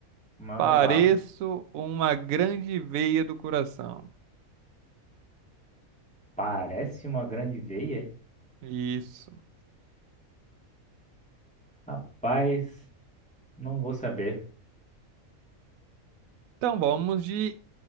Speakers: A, in the centre; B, on the right.
A: Manda
B: Pareço
A: bala.
B: uma grande veia do coração.
A: Parece uma grande veia?
B: Isso.
A: Rapaz, não vou saber.
B: Então vamos de